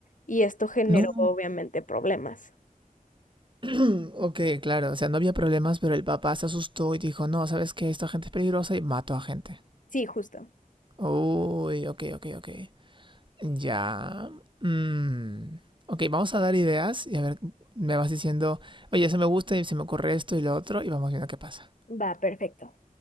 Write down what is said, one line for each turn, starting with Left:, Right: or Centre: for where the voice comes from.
Left: y esto generó
Right: No.
Left: obviamente problemas.
Right: <clears throat> Ok, claro. O sea, no había problemas, pero el papá se asustó y dijo, no, ¿sabes qué? Esta gente es peligrosa y mató a gente.
Left: Sí, justo.
Right: Uy, ok, ok, ok. Ya. mm, Ok, vamos a dar ideas y a ver, me vas diciendo, oye, eso me gusta y se me ocurre esto y lo otro y vamos viendo qué pasa.
Left: Va, perfecto.